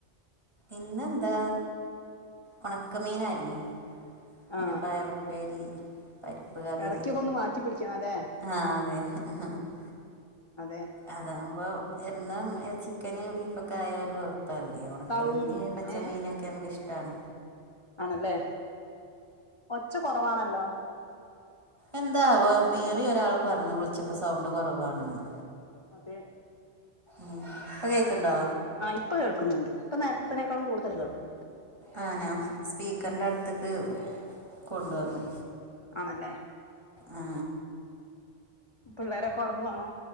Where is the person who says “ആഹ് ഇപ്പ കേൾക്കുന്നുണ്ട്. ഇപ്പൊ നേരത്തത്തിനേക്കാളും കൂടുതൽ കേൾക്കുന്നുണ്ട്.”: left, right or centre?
Left